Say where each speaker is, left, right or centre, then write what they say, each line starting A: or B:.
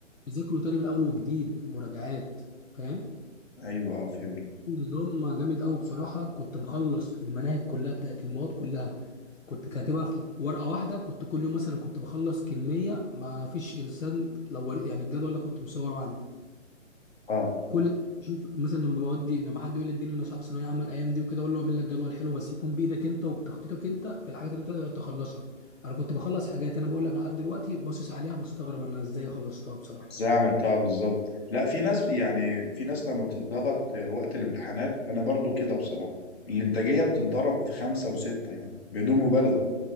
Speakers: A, on the left; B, on the left.
A: ذاكره تاني من اول وجديد مراجعات فاهم
B: ايوه اه فهمت
A: فنظام جامد قوي بصراحه كنت مخلص المناهج كلها بتاعت المواد كلها كنت كاتبها في ورقه واحده كنت كل يوم مثلا كنت بخلص كميه ما فيش انسان لو ور- يعني الجدول ده كنت مصوره عندي
B: اه
A: كل شوف مثلا لما بودي لما حد يقول لي اديني انا مش عارف ثانويه عامه الايام دي وكده اقول له اعمل لك جدول حلو بس يكون بايدك انت وبتخطيطك انت في الحاجات اللي انت تقدر تخلصها انا كنت بخلص حاجات انا بقول لك لحد دلوقتي باصص عليها بستغرب انا ازاي خلصتها بصراحه
B: ازاي عملتها بالظبط لا في ناس يعني في ناس لما بتتضغط وقت الامتحانات انا برضو كده بصراحة الانتاجية بتتضرب في خمسة وستة يعني بدون مبالغة